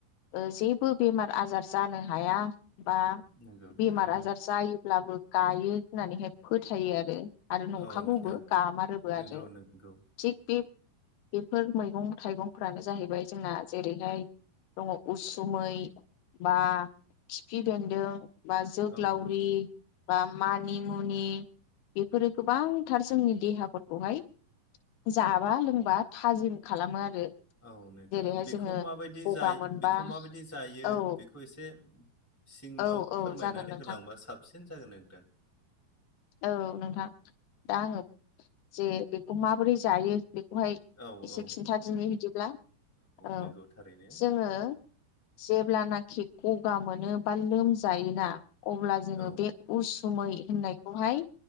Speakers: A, on the left (about 80°); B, on the left (about 15°).
A: ओ जेबो बेमार आजार जानो हाया बा
B: नंगौ
A: बेमार
B: थारैनो
A: आजार जायोब्लाबो गायो होननानैहाय फोथायो आरो। आरो नंखागौबो
B: औ नोंथां
A: गामारोबो
B: नंगौ
A: आरो
B: नंगौ
A: थिग बे बेफोर मैगं थाइगंफ्रानो जाहैबाय जोंना जेरैहाय दङ उसुमै बा खिफि बेन्दों बा जोग्लावरि
B: औ नंगौ
A: बा मानि मुनि बेफोरो गोबांथार जोंनि देहाफोरखौहाय जाबा लोंबा थाजिम खालामो आरो।
B: औ नोंथां
A: जेरैहाय
B: बेखौ
A: जोङो
B: माबायदि जायो
A: गगा मोनबा
B: बेखौ माबायदि जायो
A: औ
B: बेखौ एसे सिङाव
A: औ औ
B: फोरमायनानै
A: जागोन नोंथां
B: होलांबा साबसिन जागोन नोंथां
A: औ नोंथां दा आङो जे बेखौ माबोरै जायो बेखौहाय
B: औ
A: एसे
B: औ
A: खिन्थादिनि बिदिब्ला औ
B: नंगौ थारैनो
A: जोङो जेब्लानाखि गगा मोनो बा लोमजायोना अब्ला जोङो
B: औ
A: बे उसु सुमै होननायखौहाय